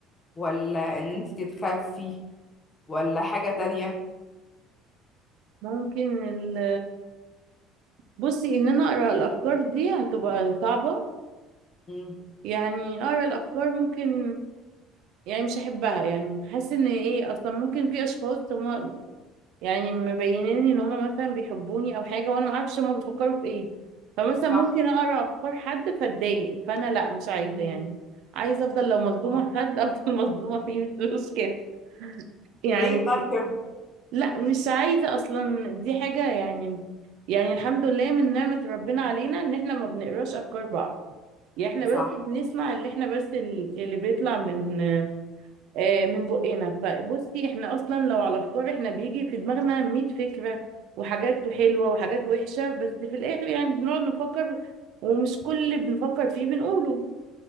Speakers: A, on the left; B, on the right.
A: ولا ان انتي تتخفي ولا حاجة تانية
B: ممكن ال... بصي ان انا اقرا الافكار دي هتبقى صعبة
A: مم.
B: يعني اقرا الافكار ممكن يعني مش هحبها يعني حاسة ان ايه اصلا ممكن في اشخاص هم يعني مبينين ان هما مثلا بيحبوني او حاجه وانا ما اعرفش هما بيفكروا في ايه فمثلا
A: صح
B: ممكن اقرا افكار حد فاتضايق فانا لا مش عايزه
A: مم.
B: يعني عايزه افضل لو مصدومه
A: آه.
B: في حد <laughs> افضل مصدومه فيه مش مشكله يعني
A: ليه طيب
B: لا مش عايزه اصلا دي حاجه يعني يعني الحمد لله من نعمه ربنا علينا ان احنا ما بنقراش افكار بعض
A: <laughs>
B: يعني احنا
A: صح
B: بس بنسمع اللي احنا بس ال- اللي بيطلع من آه، من بقنا فبصي احنا اصلا لو على افكار احنا بيجي في دماغنا 100 فكرة وحاجات حلوة وحاجات وحشة بس في الاخر يعني بنقعد نفكر ومش كل اللي بنفكر فيه بنقوله